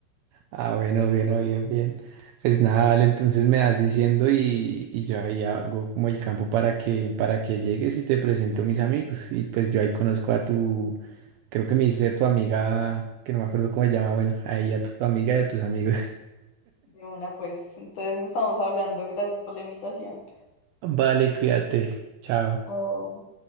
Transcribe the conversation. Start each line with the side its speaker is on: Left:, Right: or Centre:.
Right: Ah, bueno, bien, oh, bien, bien. Pues nada, vale, entonces me vas diciendo y, y yo ahí hago como el campo para que, para que llegues y te presento a mis amigos. Y pues yo ahí conozco a tu, creo que me dice tu amiga, que no me acuerdo cómo se llama, bueno, ahí a tu amiga y a tus amigos.
Left: De una, pues. Entonces estamos hablando. Gracias por la invitación.
Right: <laughs> Vale, cuídate. Chao.
Left: Oh.